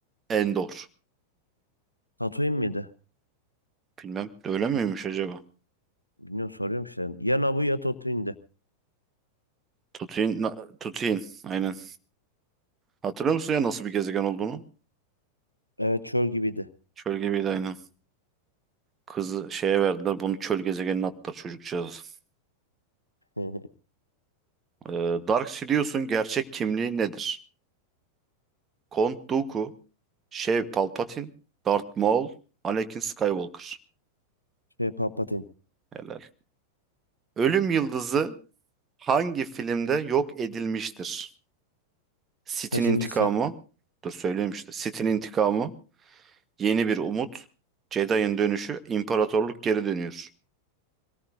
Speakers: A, on the right; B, on the left.
A: Endor.
B: Tatooine miydi?
A: Bilmem öyle miymiş acaba?
B: Bilmiyorum soruyorum işte. Ya Naboo ya Tatooine'di.
A: Tatooine, Na- Tatooine aynen. Hatırlıyor musun ya nasıl bir gezegen olduğunu?
B: Evet çöl gibiydi.
A: Çöl gibiydi aynen. Kızı şeye verdiler bunu çöl gezegenine attılar çocukcağız.
B: <laughs>
A: Ee, Dark Sidious'un gerçek kimliği nedir? Count Dooku, Sheev Palpatine, Darth Maul, Anakin Skywalker.
B: Şey Palpatine.
A: Helal. Ölüm Yıldızı hangi filmde yok edilmiştir? Sith'in
B: Kaçıncısı?
A: intikamı. Dur söyleyeyim işte. Sith'in intikamı. Yeni bir umut. Jedi'ın dönüşü. imparatorluk geri dönüyor.